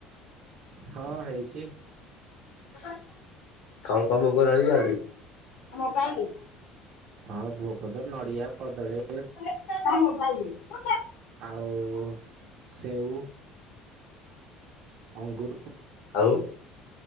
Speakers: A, on the right; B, on the left.
A: ହଁ ହେଇଚି।
B: <inaudible>
A: ହଁ ଭୋଗ ତ ନଡ଼ିଆ କଦଳୀ
B: <inaudible>
A: ଆଉ ସେଉ ଅଙ୍ଗୁର
B: ଆଉ।